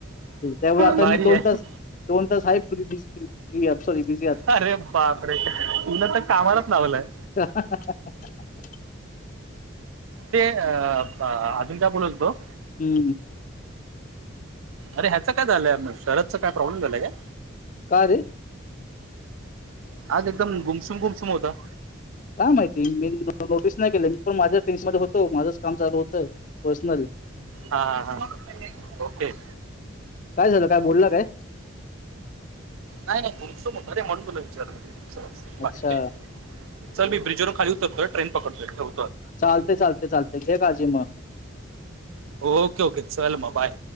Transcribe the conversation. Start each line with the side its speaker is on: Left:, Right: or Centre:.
Left: त्यामुळे आता
Right: भारी
Left: मी दोन
Right: आहे
Left: तास दोन तास आहे फ्री <unintelligible>
Right: अरे बापरे तुन तर कामालाच लावलंय.
Left: <unintelligible>
Right: ते अ अजून का बोलत होतो.
Left: हम्म
Right: अरे ह्याच काय झालंय शरदचा काय प्रॉब्लेम झालाय काय?
Left: का रे?
Right: आज एकदम गुमसुम गुमसुम होता.
Left: काय माहिती मी नोटीस नाही केलं मी पण माझ्या टेन्श मध्ये होतो माझंच काम चालू होतं पर्सनल
Right: हा हा ओकेच.
Left: काय झालं काय बोलला काय
Right: नाही नाही पुरुषो म त मण तुला विचारल.
Left: अच्छा
Right: बाकी काय चल मी ब्रिज वरून खाली उतरतोय ट्रेन पकडतोय ठेव
Left: चालतेय चालते चालतेय घे काळजी मग.
Right: ओके ओके चल मग बाय.